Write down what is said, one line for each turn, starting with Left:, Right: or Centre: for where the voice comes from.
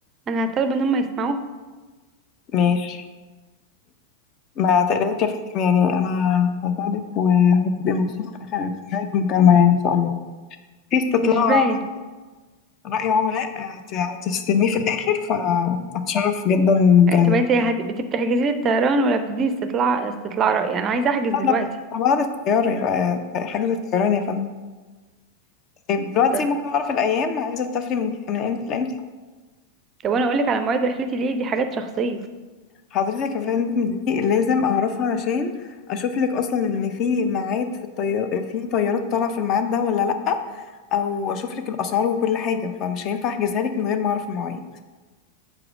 Right: أنا هطلب إن هم يسمعوها
Left: ماشي ما تقلقش يا فندم يعني انا هساعدك وهتبقي مبسوطه في اخر في نهايه المكالمه يعني ان شاء الله في استطلاع
Right: مش باين
Left: رأ- رأي عملاء هت- هتستلميه في الاخر فاتشرف جدا
Right: آه،
Left: ب
Right: طب انت هت- بت- بتحجزي لي الطيران ولا بتديني استطلاع استطلاع رأي يعني أنا عايزة أحجز
Left: هذا
Right: دلوقتي
Left: بعد الطيار يبقى حجز الطيران يا فندم طيب دلوقتي
Right: طب
Left: ممكن اعرف الايام عايزه تسافري من من امتى لامتى
Right: طب وأنا أقولك على مواعيد رحلتي ليه دي حاجات شخصية
Left: حضرتك يا فندم دي لازم اعرفها عشان اشوف لك اصلا ان في ميعاد في الطيار في طيارات طالعه في الميعاد ده ولا لا او اشوف لك الاسعار وكل حاجه فمش هينفع احجزها لك من غير ما اعرف المواعيد